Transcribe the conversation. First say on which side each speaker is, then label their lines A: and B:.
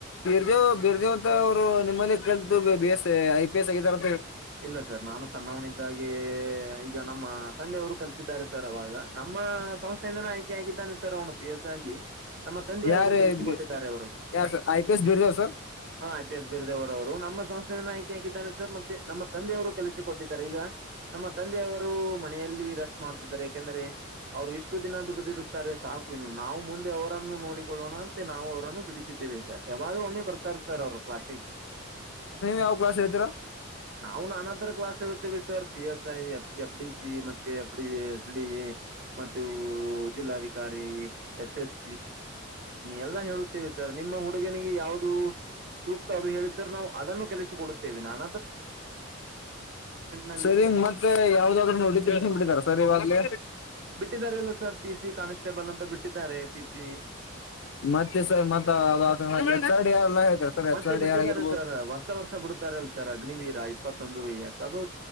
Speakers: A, on the left (about 60°); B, on the right (about 50°).
A: ಇ ಬಿರ್ದೇವ ಅಂತ ಅವರು ನಿಮ್ಮಲ್ಲಿ ಕಲ್ತು B S I P S ಆಗಿದ್ದಾರೆ
B: ಇಲ್ಲ ಸರ್ ನಾನು ಸಣ್ಣವನಿದ್ದಾಗೆ ಈಗ ನಮ್ಮ ತಂದೆಯವರು ಕಲಸಿದ್ದಾರೆ ಸರ್ ಅವಾಗ ನಮ್ಮ ಸಂಸ್ಥೆಯಿಂದಾನ ಆಯ್ಕೆೆಯಾಗಿದ್ದಾನೆ ಸರ್ ಅವ್ನು ಪಿ ಎಸ್ ಆಗಿ ನಮ್ಮ ತಂದೆಯವರು
A: ಯಾರ
B: ಕೆಲಸಿಕೊಟ್ಟಿದ್ದಾರೆ ಅವರು
A: ಯ sir I P S Birdev sir
B: ಹಾ ಎಚ್ ಎಸ್ ಬೀರ್ ದೇವ್ರ ಅವರು ನಮ್ಮ ಸಂಸ್ಥೆಯ ನಾಯಕಿಯಾಗಿದ್ದಾನೆ ಸರ್ ಮತ್ತೆ ನಮ್ಮ ತಂದೆಯವರು ಕೆಲಸ ಕೊಟ್ಟಿದ್ದಾರೆ ಈಗ ನಮ್ಮ ತಂದೆಯವರು ಮನೆಯಲ್ಲಿ ರೆಸ್ಟ್ ಮಾಡ್ತಿದ್ದಾರೆ ಯಾಕೆಂದ್ರೆ ಅವ್ರು ಇಷ್ಟು ದಿನ ದುಡಿದಿರುತ್ತಾರೆ ಸಾಕು ಇನ್ನು ನಾವು ಮುಂದೆ ಅವರನ್ನು ನೋಡಿ ಮಾಡೋಡಿಕೊಳ್ಳೋಣ ಅಂತೆ ನಾವು ಅವ್ರನ್ನು ಬಿಡಿಸಿದ್ದೇವೆ ಯಾವ್ದೂ ಒಮ್ಮೆ ಬರ್ತಾರ ಸರ್ ಅವರು ಕ್ಲಾಸಿಗೆ
A: ಯಾವ್ ಕ್ಲಾಸ್ ಹೇಳ್ತಿರ
B: ನಾವು ನಾನಾ ತರ ಕ್ಲಾಸ್ ಹಳ್ತ್ತೇವೆ sir P S I F C F D C ಮತ್ತೆ ಮ ಅ ಎಸ್ ಡಿ ಮೆ ಜಿಲ್ಲಾಧಿಕಾರಿ ಎಸ್ ಎಸ್ ಎಲ್ಲ ಹೇಳುತ್ತೇವೆ ಸರ್ ನಿಮ್ಮ ಹುಡುಗನಿಗೆ ಯಾವವುದು ಸೂಕ್ತ ಅದು ಹೇಳಿ ಸರ್ ನಾವು ಅದನ್ನು ಕಲಸಿ ಕೊಡುತ್ತೇವೆ ನಾನ ನಲ್ಲಿ
A: ಸರಿ ಮತ್ತೆ ಯಾವ್ದಾದ್ದ್ರ ನೋಟಿಫಿಕೇಶನ್ ಬಿಟ್ಟಿದಾರ ಸರ್ ಇವಾಗ್ಲೇ
B: ಬಿಟ್ಟಿದ್ದಾರೆ ಅಲ್ಲಾ ಸರ್ ಪಿಸಿ ಕಾನ್ಸ್ಟೇಬಲ್ ಅಂತ ಬಿಟ್ಟಿದ್ದಾರೆ ಪಿ ಸಿ
A: ಮತ್ತೆ ಸರ್ ಮತ್ತ ಆರ್ಡಿ ಯಾರಲ್ಲ ಹೇಳ್ತಾರೆ ಸರ್ ಎಚ್
B: ಮತ್ತೆ
A: ಆರ
B: ಬಿಟ್ಟಿದ್ದಾರೆ
A: ಡಿ ಆಗಿರಬಹುದು
B: ವರ್ಷ ಬಿಡುತ್ತಾರೆ ಅಲ್ಲ ಸರ್ ಅಗ್ನಿ ವೀರ ಇಪ್ಪತ್ತೊಂದು ವ ಅದು